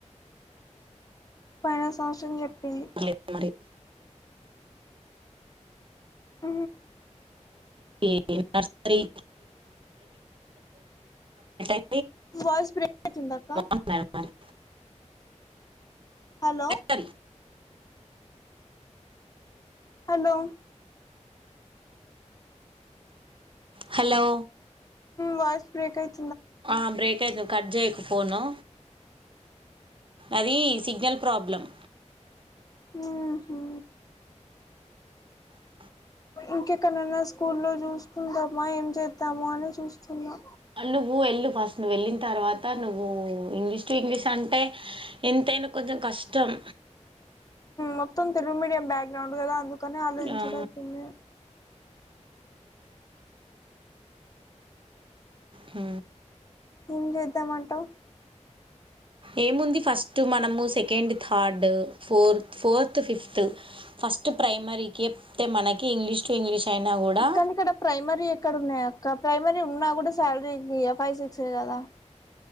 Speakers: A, on the left; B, on the right.
A: పోయిన సంవత్సరం చెప్పింది
B: లేదు మరి
A: ఊ
B: ఈ నర్సరీ <inaudible>
A: వాయిస్ బ్రేక్ ఇతుంది అక్క
B: అన్నారు మరి
A: హలో
B: సరే
A: హలో
B: హలో
A: వాయిస్ బ్రేక్ యితే
B: ఆ బ్రేక్యితు కట్ చేయక ఫోను అది సిగ్నల్ ప్రాబ్లమ్
A: హ హ
B: అ
A: ఇంకెక్కనన్న స్కూల్లో చూసుకుందమా ఏం చేద్దాము అని చూస్తున్నా
B: నువ్వు వెళ్ళు ఫస్ట్ నువ్వు వెళ్ళిన తర్వాత నువ్వు ఇంగ్లీష్ ఇంగ్లీష్ అంటే ఎంతైనా కొంచెం కష్టం
A: మొత్తం తెలుగు మీడియం బ్యాక్గ్రౌండ్ కదా అందుకని ఆలోచించడం
B: ఆ
A: అయితుంది
B: హ
A: ఏం చేద్దామంటా
B: ఏముంది ఫస్ట్ మనము second third four fourth fifth first ప్రైమరీకిప్తే మనకి ఇంగ్లీష్ టు ఇంగ్లీష్ అయినా కూడా
A: ఇక్క ఇక్కడ ప్రైమరీ ఎక్కడ ఉన్నాయా ఇ ప్రైమరీ ఉన్నా కూడా శాలరీ ఇ ఫైవ్ సిక్స్ కదా